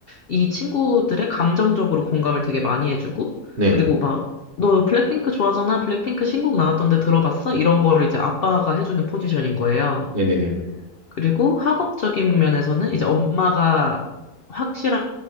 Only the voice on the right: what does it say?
네,
네, 네, 네,